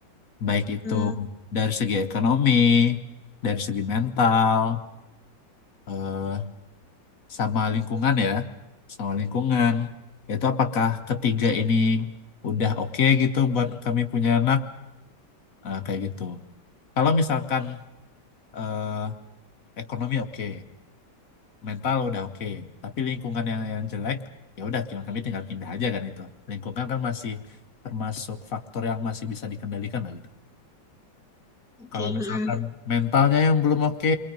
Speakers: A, on the left (about 55°); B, in the centre.
A: Baik itu
B: Hmm,
A: dari segi ekonomi, dari segi mental, eh, sama lingkungan ya, sama lingkungan. Itu apakah ketiga ini udah oke gitu buat kami punya anak? eh, kayak gitu. Kalau misalkan eh, ekonomi oke, mental udah oke, tapi lingkungan yang yang jelek, ya udah kami kami tinggal pindah aja kan itu. Lingkungan kan masih termasuk faktor yang masih bisa dikendalikan lah gitu.
B: oke.
A: Kalau
B: Hmm,
A: misalkan mentalnya yang belum oke,